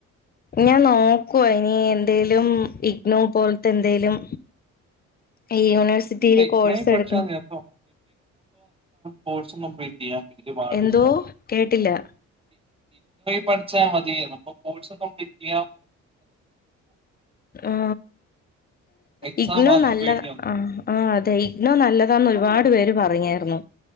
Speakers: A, on the left (about 30°); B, on the right (about 20°).
A: ഞാൻ നോക്കു ഇനി എന്തേലും ഇഗ്നു പോലത്തെ എന്തേലും. <inaudible>
B: <unintelligible>
A: കോഴ്സ്
B: പഠിച്ച
A: എടുക്കണം
B: നേട്ടം കോഴ്സ് കപ്ലീറ്റ് ചെയ്യ പാടില്ല
A: എന്തോ കേട്ടില്ല
B: പഠിച്ചാൽ മതി കോഴ്സ് കംപ്ലീറ്റ് ചെയ്യാം
A: ആ
B: എക്സാം
A: ഇഗ്ലു
B: മാത്രം
A: നല്ല
B: പോയി എഴുതിയാൽ മതി
A: ആഹ അതെ ഇഗ്നോനല്ലതാന്ന് ഒരുപാട് പേര് പറഞ്ഞായിരുന്നു.